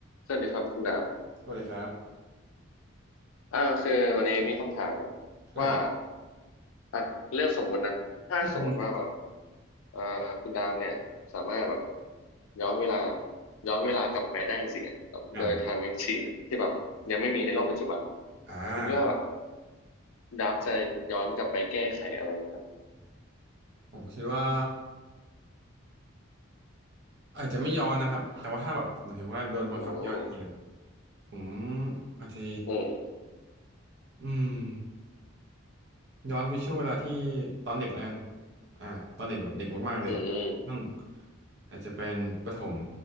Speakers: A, on the left; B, on the right.
A: สวัสดีครับคุณดาบ
B: สวัสดีครับ
A: อ่าคือวันนี้มีคำถามครับ
B: อ่า
A: ว่าอ่ะเรื่องสมมุตินะถ้าสมมุติว่าแบบ
B: อืม
A: เอ่อคุณดาบเนี่ยสามารถแบบย้อนเวลาย้อนเวลากลับไปได้จริงๆอ่ะแบบโดยไทม์แมชชีนอ่ะที่แบบยังไม่มีในโลกปัจจุบัน
B: อ่าอ่า
A: คุณคิดว่าแบบคุณดาบจะย้อนกลับไปแก้ไขอะไรไหมครับ
B: ผมคิดว่าอาจจะไม่ย้อนนะครับ แต่ว่าถ้าแบบหมายถึงว่าโดนบังคับให้ย้อนจริงๆอะ
A: อืม
B: ผมอาจจะ
A: อืม
B: อืมย้อนไปช่วงเวลาที่ตอนเด็กแล้วกันอ่าตอนเด็กแบบเด็กมากๆเลยอ่ะอืม
A: อืม
B: อาจจะเป็นประถม